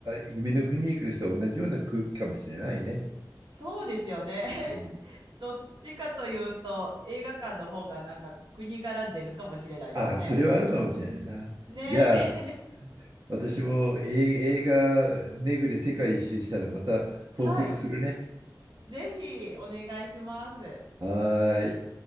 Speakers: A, on the right (about 50°); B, on the right (about 80°).
A: 夢の国に来る人は同じような空気かもしれないね。
B: そうですよね。<laughs>
A: うん
B: どっちかというと、映画館の方がなんか国柄出るかもしれないですね。
A: ああ、それはあるかもしれないな。
B: ね。
A: じゃあ、
B: <laughs>
A: 私もえ映画巡り世界一周したらまた報告するね。
B: はい。ぜひお願いします。
A: はーい。